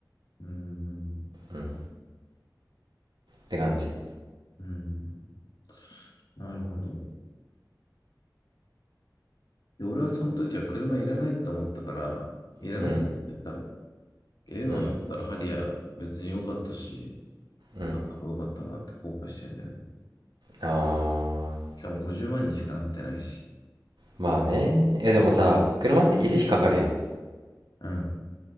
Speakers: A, on the left (about 60°); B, on the right (about 80°).
A: うん。
B: うん。って感じ。
A: うん。なるほど。で、俺はその時は車いらないと思ったから、いらないって言ったの。
B: うん。
A: ええわ、
B: うん。
A: 思ったらハリアー別に良かったし、
B: うん。
A: あった方が良かったなって後悔してるんだよね。
B: ああ、
A: しかも50万にしかなってないし。
B: まあね。え、でもさ、車って維持費かかるやん。
A: うん。